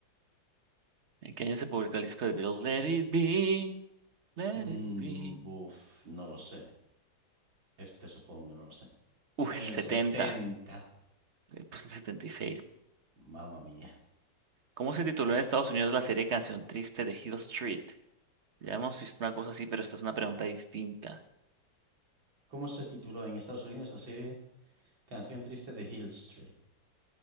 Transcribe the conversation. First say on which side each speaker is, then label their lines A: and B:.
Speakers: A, on the right (about 45°); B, on the right (about 85°).
A: ¿En qué año se publicó el disco de Beatles? Let it be, let
B: Mm,
A: it be.
B: buf, no lo sé. Este supongo, no lo sé.
A: Uy,
B: En
A: el
B: el
A: 70.
B: setenta,
A: Eh, Pues el 76.
B: Mamma mía.
A: ¿Cómo se tituló en Estados Unidos la serie Canción Triste de Hill Street? Ya hemos visto una cosa así, pero esta es una pregunta distinta.
B: ¿Cómo se tituló en Estados Unidos la serie Canción Triste de Hill Street?